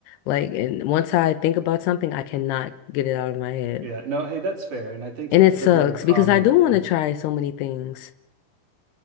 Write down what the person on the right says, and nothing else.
Yeah, no, hey, that's fair, and I think that
that's
a very common.
Yeah,